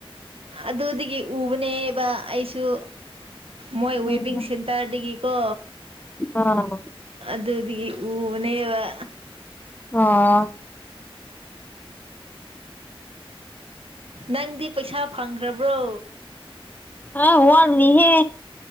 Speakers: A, on the right (about 70°); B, on the left (about 20°).
A: ꯑꯗꯨꯗꯒꯤ ꯎꯕꯅꯦꯕ ꯑꯩꯁꯨ ꯃꯣꯏ ꯋꯦꯕꯤꯡ
B: ꯎꯝ
A: ꯁꯦꯟꯇꯔꯗꯒꯤꯀꯣ
B: ꯑꯥ
A: ꯑꯗꯨ ꯑꯗꯒꯤ ꯎꯕꯅꯦꯕ
B: ꯑꯥ
A: ꯅꯪꯗꯤ ꯄꯩꯁꯥ ꯐꯪꯈ꯭ꯔꯕ꯭ꯔꯣ
B: ꯑ ꯋꯥꯒꯅꯤꯍꯦ